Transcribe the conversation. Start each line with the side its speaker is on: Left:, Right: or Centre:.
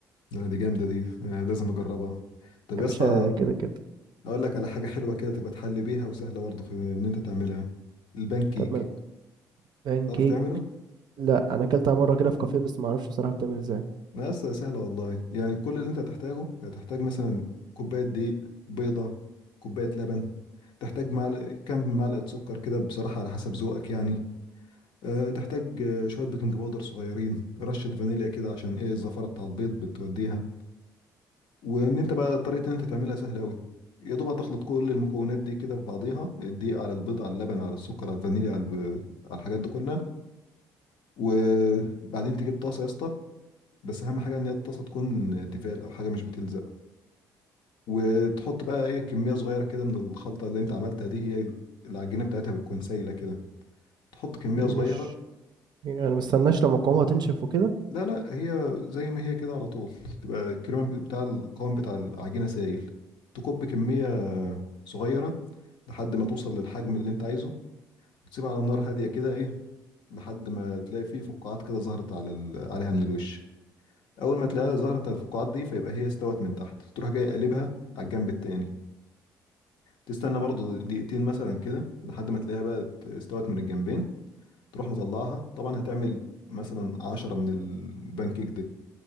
Left: لا دي جامدة دي آه، لازم اجربها طب
Right: يا
Left: يا
Right: باشا
Left: اسطى
Right: كده كده
Left: اقول لك على حاجة حلوة كده تبقى تحل بيها وسهلة برضه في ان انت تعملها البان كيك
Right: طب ما بان
Left: تعرف
Right: كيك
Left: تعمله؟
Right: لا أنا أكلتها مرة كده في كافيه بس ما أعرفش بصراحة بتعمل إزاي
Left: لا يا اسطى سهلة والله يعني كل اللي انت هتحتاجه هتحتاج مثلا كوباية دقيق بيضة كوباية لبن تحتاج معلقة كام معلقة سكر كده بصراحة على حسب ذوقك يعني أه تحتاج آه، شوية بيكنج باودر صغيرين رشة فانيليا كده عشان ايه الزفارة بتاع البيض بتوديها وان انت بقى طريقة ان انت تعملها سهلة قوي يا دوب هتخلط كل المكونات دي كده في بعضيها الدقيق على البيض على اللبن على السكر على الفانيليا على, الب... على الحاجات دي كلها وبعدين تجيب طاسة يا اسطى بس اهم حاجة ان هي الطاسة تكون تيفال او حاجة مش بتلزق وتحط بقى ايه كمية صغيرة كده من الخلطة اللي انت عملتها دي هي العجينة بتاعتها بتكون سايلة كده تحط كمية
Right: مش
Left: صغيرة
Right: يعني أنا مستناش لما قوامها تنشف وكده
Left: لا لا هي زي ما هي كده على طول تبقى الكريمة بتاع القوام بتاع العجينة سايل تكب كمية صغيرة لحد ما توصل للحجم اللي انت عايزه وتسيبها على نار هادية كده ايه لحد ما تلاقي فيه فقاعات كده ظهرت على ال... عليها من الوش اول ما تلاقيها ظهرت على الفقاعات دي فيبقى هي استوت من تحت تروح جاي قلبها على الجنب التاني تستنى برضو دقيقتين مثلا كده لحد ما تلاقيها بقى استوت من الجنبين تروح مطلعها طبعا هتعمل مثلا عشرة من البانكيك